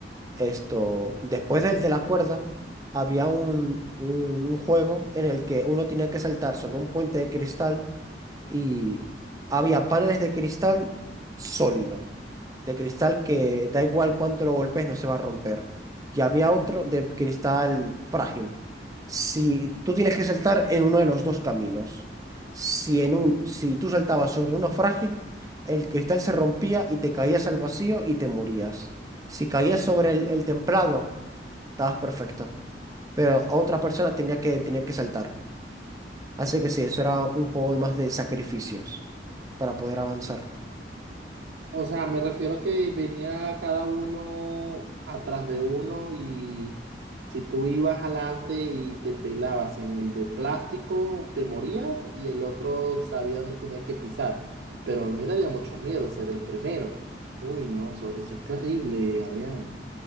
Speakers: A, on the right; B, on the right.
A: Esto, después del de la cuerda, había un, un, un juego en el que uno tenía que saltar sobre un puente de cristal y había paneles de cristal sólido de cristal que da igual cuánto lo golpes, no se va a romper. Y había otro de cristal frágil. Si tú tienes que saltar en uno de los dos caminos, si, en un, si tú saltabas sobre uno frágil, el cristal se rompía y te caías al vacío y te morías. Si caías sobre el, el templado, estabas perfecto, pero a otra persona tenía que, tenía que saltar. Así que sí, eso era un juego más de sacrificios para poder avanzar.
B: O sea, me refiero a que venía cada uno atrás de uno y si tú ibas adelante y te pelabas en el de plástico, te morías y el otro sabía dónde tenía que pisar. Pero a mí me daría mucho miedo ser el primero. Uy, no, eso, eso es terrible, Adrián.